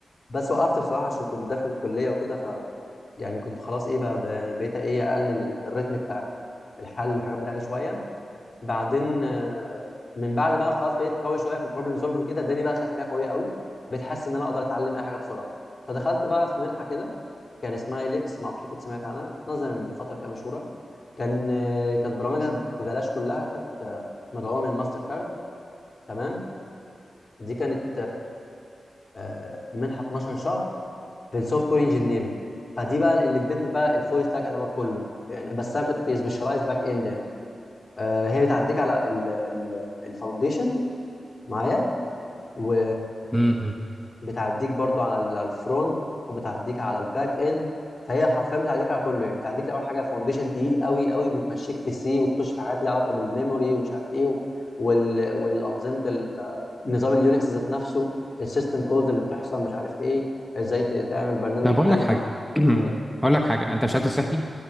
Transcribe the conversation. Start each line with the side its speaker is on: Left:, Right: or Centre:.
Left: بس وقفت بصراحه عشان كنت داخل الكليه وكده ف يعني كنت خلاص ايه بقى بقى- يعني بقيت ايه اقلل الريتم بتاع الحل والحاجات بتاعتي شويه بعدين آه، من بعد ما خلاص بقيت قوي شويه في البروبلم سولف كده اداني بقى خلفيه قويه قوي بقيت حاسس ان انا اقدر اتعلم اي حاجه بسرعه فدخلت بقى في منحه كده كان اسمها إليكس ما اعرفش كنت سمعت عنها نظم من فتره كده مشهوره كان آه، كانت برامجها ببلاش كلها كانت آه، مدعومه من ماستر كارد تمام دي كانت آه، منحه 12 شهر في السوفت وير انجينيرنج فدي بقى اللي ادتني بقى الفول ستاك يعتبر كله يعني بس انا كنت سبيشالايز باك اند يعني آه، هي بتعديك على الفاونديشن معايا و
Centre: امم، امم.
Left: بتعديك برضو على ال- على الفرونت وبتعديك على الباك اند فهي حرفيا بتعديك على كله يعني بتعديك اول حاجه فاونديشن تقيل قوي قوي بتمشيك في سي وتخش في حاجات ليها علاقه بالميموري ومش عارف ايه وال... والانظمه ال- نظام اليونكس ذات نفسه السيستم كولز اللي بتحصل مش عارف ايه ازاي ت- تعمل برنامج
Centre: طب
Left: يتكلم
Centre: هقول لك حاجه
Left: مع
Centre: <clears throat>
Left: مم.
Centre: هقول لك حاجه انت مش هات نصيحتي